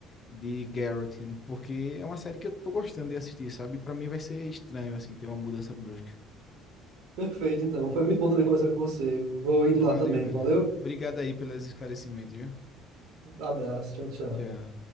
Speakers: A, on the left; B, on the right.
A: de Garrett, porque é uma série que eu tô gostando de assistir, sabe? Para mim vai ser estranho, assim, ter uma mudança brusca.
B: Perfeito, então. Foi muito bom também conversar com você. Vou indo
A: Valeu,
B: lá também.
A: velho.
B: Valeu?
A: Obrigado aí pelos esclarecimentos, viu?
B: Abraço. Tchau, tchau.
A: Tchau.